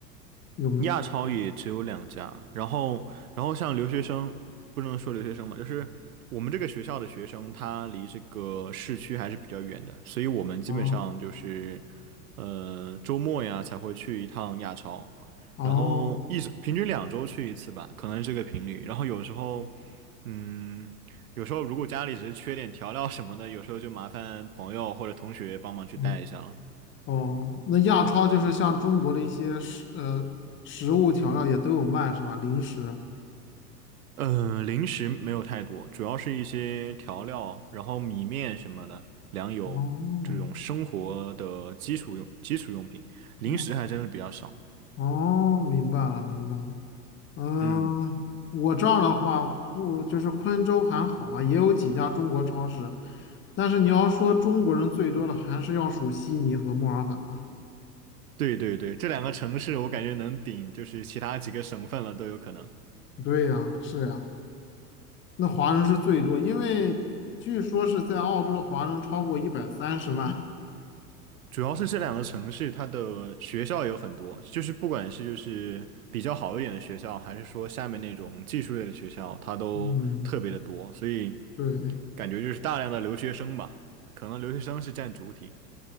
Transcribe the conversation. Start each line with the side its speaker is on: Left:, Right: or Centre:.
Left: 有没有？
Right: 亚超也只有两家，然后，然后像留学生，不能说留学生嘛，就是我们这个学校的学生，他离这个市区还是比较远的，所以我们基本上就是，
Left: 哦
Right: 呃，周末呀才会去一趟亚超，
Left: 哦。
Right: 然后一直平均两周去一次吧，可能是这个频率，然后有时候，嗯，有时候如果家里只是缺点调料什么的，有时候就麻烦朋友或者同学帮忙去带一下了。
Left: 嗯哦，那亚超就是像中国的一些食呃食物调料也都有卖是吧？零食。
Right: 嗯、呃零食没有太多，主要是一些调料，然后米面什么的，粮油这种生活的基础用基础用品，
Left: 哦，
Right: 零食还真的比较少。
Left: 那哦，明白了明白了。嗯，
Right: 嗯，
Left: 我这儿的话不就是昆州还好吧，也有几家中国超市，但是你要说中国人最多的还是要数悉尼和墨尔本啊。
Right: 对对对，这两个城市我感觉能顶就是其他几个省份了都有可能。
Left: 对呀，是呀，那华人是最多，因为据说是在澳洲的华人超过一百三十万。
Right: 主要是这两个城市，它的学校有很多，就是不管是就是比较好一点的学校，还是说下面那种技术类的学校，它都特别的多，
Left: 嗯，
Right: 所以
Left: 对。
Right: 感觉就是大量的留学生吧，可能留学生是占主体。